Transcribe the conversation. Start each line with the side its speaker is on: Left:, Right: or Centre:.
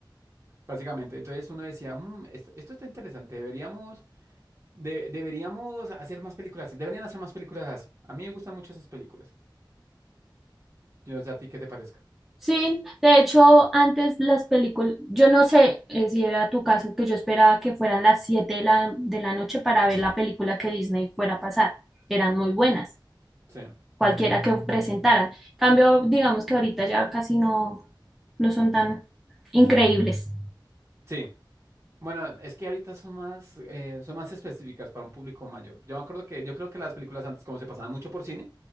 Right: básicamente. Entonces uno decía, mmm, esto, esto está interesante. Deberíamos, de- deberíamos hacer más películas así. Deberían hacer más películas así. A mí me gustan mucho esas películas. Yo no sé a ti qué te parezca.
Centre: Sí, de hecho, antes las películas, yo no sé eh, si era tu caso, que yo esperaba que fueran las 7 de la, de la noche para ver la película que Disney fuera a pasar. Eran muy buenas,
Right: Sí.
Centre: cualquiera que presentaran. Cambio, digamos que ahorita ya casi no, no son tan increíbles.
Right: Sí, bueno, es que ahorita son más, eh, son más específicas para un público mayor. Yo me acuerdo que, yo creo que las películas antes, como se pasaban mucho por cine,